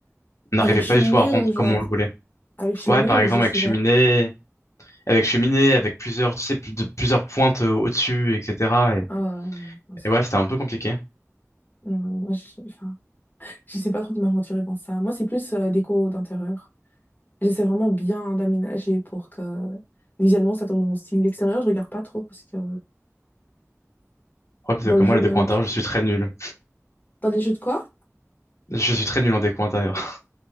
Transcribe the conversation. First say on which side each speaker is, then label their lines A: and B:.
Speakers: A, on the left; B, on the left.
A: on n'arrivait
B: Avec cheminée
A: pas du tout à rendre
B: ou genre,
A: comme on le voulait.
B: avec cheminée
A: Ouais, par
B: ou
A: exemple,
B: juste
A: avec
B: ouvert?
A: cheminée, avec cheminée, avec plusieurs, tu sais, plus de, plusieurs pointes euh, au-dessus, etc. Et,
B: Ah, ouais.
A: et ouais, c'était un peu compliqué.
B: Non, moi, je, enfin, je sais pas trop de m'aventurer dans ça. Moi, c'est plus euh, déco d'intérieur. J'essaie vraiment bien d'aménager pour que visuellement ça tombe dans mon style. L'extérieur, je regarde pas trop parce que
A: Ouais, parce
B: Dans
A: que comme
B: le jeu
A: moi, le déco
B: même,
A: intérieur,
B: du coup.
A: je suis très nul.
B: Dans les jeux de quoi?
A: Je suis très nul en déco intérieur.